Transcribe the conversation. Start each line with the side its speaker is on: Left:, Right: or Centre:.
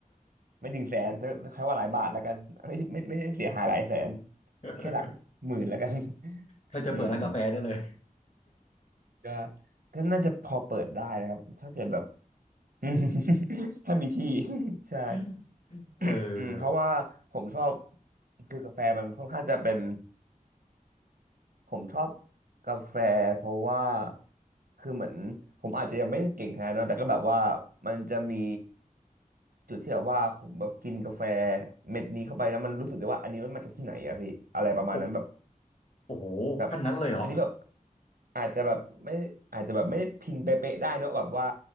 Right: ไม่ถึงแสนจะใช้ว่าหลายบาทแล้วกันไม่ไม่ไม่ได้เสียหายหลายแสน
Left: <laughs>
Right: แค่หลักหมื่นแล้วกัน
Left: ถ้าจะเปิดร้านกาแฟได้เลย
Right: <laughs> อืมก็ก็น่าจะพอเปิดได้นะครับถ้าเกิดแบบ <laughs> ถ้ามีที่ <laughs> ใช่
Left: <laughs> เออ
Right: <coughs> อืมเพราะว่าผมชอบคือกาแฟมันค่อนข้างจะเป็น ผมชอบกาแฟเพราะว่าคือเหมือนผมอาจจะยังไม่ได้เก่งขนาดนั้นแต่ก็แบบว่ามันจะมีจุดที่แบบว่าผมแบบกินกาแฟเม็ดนี้เข้าไปแล้วมันรู้สึกได้ว่าอันนี้มันมาจากที่ไหนอะพี่อะไรประมาณนั้นแบบ
Left: โอโอ้โหขั้นนั้นเลยเหรอ
Right: แบบอันนี้แบบอาจจะแบบไม่อาจจะแบบไม่พินเป๊ะๆได้เนอะแบบว่า